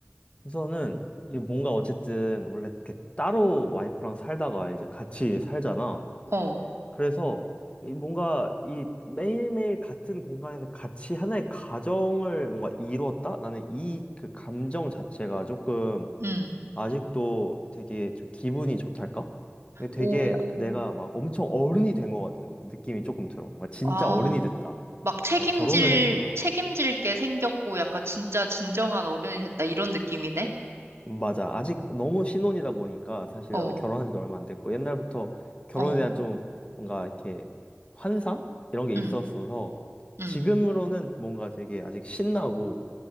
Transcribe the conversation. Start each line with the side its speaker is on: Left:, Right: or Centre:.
Left: 우선은, 이 뭔가 어쨌든, 원래 이렇게 따로 와이프랑 살다가 이제 같이 살잖아.
Right: 어,
Left: 그래서, 이 뭔가, 이 매일매일 같은 공간에서 같이 하나의 가정을 뭔가 이뤘다? 나는 이 그 감정 자체가 조금,
Right: 응.
Left: 아직도 되게 좀 기분이 좋달까? 이게 되게
Right: 오,
Left: 내가 막 엄청 어른이 된 것 같은 느낌이 조금 들어. 막 진짜
Right: 아,
Left: 어른이 됐다.
Right: 막 책임질,
Left: 내가 결혼을 했구나.
Right: 책임질 게 생겼고, 약간 진짜 진정한 어른이 됐다, 이런 느낌이네?
Left: 맞아. 아직 너무 신혼이다 보니까 사실
Right: 어,
Left: 나도 결혼한 지도 얼마 안 됐고 옛날부터 결혼에
Right: 어,
Left: 대한 좀 뭔가 이렇게 환상? 이런 게
Right: 응,
Left: 있었어서
Right: 응.
Left: 지금으로는 뭔가 되게 아직 신나고